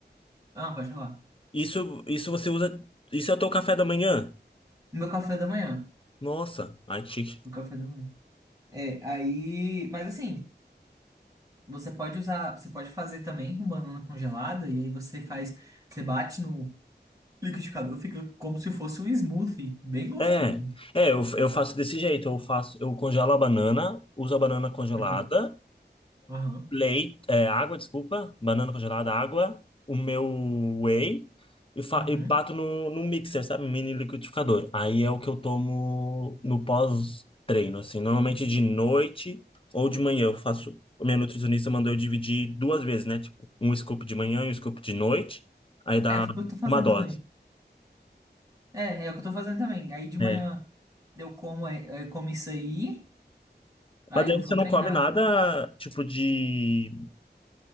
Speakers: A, on the right (about 20°); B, on the left (about 30°).
A: Ah, pode falar.
B: isso, isso você usa. Isso é o teu café da manhã?
A: Meu café da manhã.
B: Nossa, ai que chique.
A: meu café da manhã. É, aí. Mas assim, você pode usar. Você pode fazer também com banana congelada, e aí você faz. Você bate no Liquidificador fica como se fosse um smoothie, bem gostoso.
B: É, é, eu, eu faço desse jeito, eu faço, eu congelo a banana, uso a banana congelada,
A: Uhum. Aham.
B: leite, é, água, desculpa, banana congelada, água, o meu whey e, fa
A: Uhum.
B: e bato no, no mixer, sabe, um mini liquidificador. Aí é o que eu tomo no pós-treino, assim, normalmente de noite ou de manhã eu faço. A minha nutricionista mandou eu dividir duas vezes, né? Tipo, um scoop de manhã e um scoop de noite, aí dá
A: É, foi o que eu tô fazendo
B: uma dose.
A: também. É, é o que eu tô fazendo também. Aí de manhã
B: É,
A: eu como, é, eu como isso aí, aí
B: Mas aí
A: eu vou
B: você
A: treinar.
B: não come nada tipo de